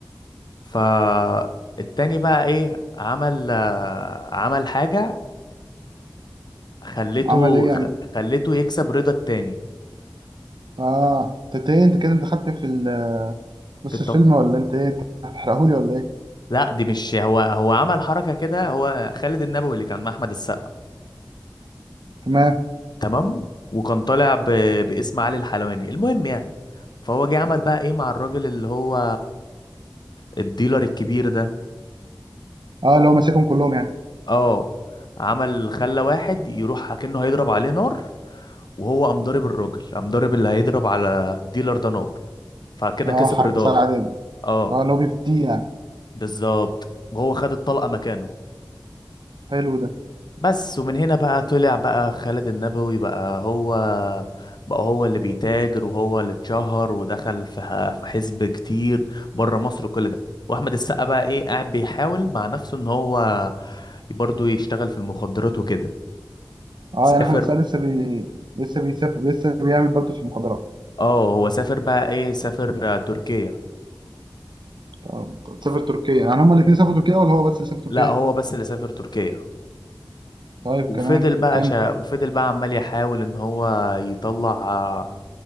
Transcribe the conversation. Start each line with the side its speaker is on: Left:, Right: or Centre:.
Left: فالتاني بقى ايه عمل آه، عمل حاجة خلته
Right: عمل ايه يعني
Left: خ- خلته يكسب رضا التاني
Right: اه انت ايه انت كده انت خدت في ال- نص
Left: في التف...
Right: الفيلم ولا انت ايه انت هتحرقهولي ولا ايه
Left: لا دي مش هو هو عمل حركة كده هو خالد النبوي اللي كان مع احمد السقا
Right: تمام
Left: تمام وكان طالع ب... باسم علي الحلواني المهم يعني فهو جه عمل بقى ايه مع الراجل اللي هو الديلر الكبير ده
Right: اه اللي هو ماسكهم كلهم يعني
Left: اه عمل خلى واحد يروح اكنه هيضرب عليه نار وهو قام ضارب الراجل قام ضارب اللي هيضرب على الديلر ده نار فكده
Right: اه
Left: كسب
Right: حركه
Left: رضاه
Right: صعبه
Left: اه
Right: اه اللي هو بيفديه يعني
Left: بالظبط وهو خد الطلقة مكانه
Right: حلو ده
Left: بس ومن هنا بقى طلع بقى خالد النبوي بقى هو بقى هو اللي بيتاجر وهو اللي اتشهر ودخل في ح- في حزب كتير بره مصر وكل ده واحمد السقا بقى ايه قاعد بيحاول مع نفسه ان هو برضه يشتغل في المخدرات وكده
Right: اه
Left: سافر
Right: يعني احمد سقا لسه بي... لسه بيسافر لسه بيعمل برضه في المخدرات
Left: اه هو سافر بقى ايه سافر آه، تركيا
Right: تمام.
Left: وف...
Right: سافر تركيا يعني هما الاثنين سافروا تركيا ولا هو بس اللي سافر تركيا
Left: لا هو بس اللي سافر تركيا
Right: طيب
Left: وفضل
Right: كمان
Left: بقى
Right: كمل
Left: شا... وفضل بقى عمال يحاول ان هو يطلع آه،